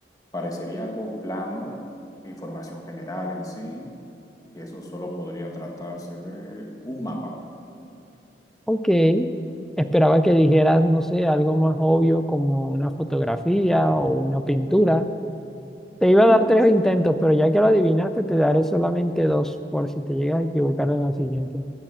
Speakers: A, on the left; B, in the centre.
A: parecería algo plano, información general en sí, y eso solo podría tratarse de un mapa.
B: Ok. Esperaba que dijeras, no sé, algo más obvio como una fotografía o una pintura. Te iba
A: Mm,
B: a dar tres intentos, pero ya que lo adivinaste, te daré solamente dos por si te llegas a equivocar en la siguiente.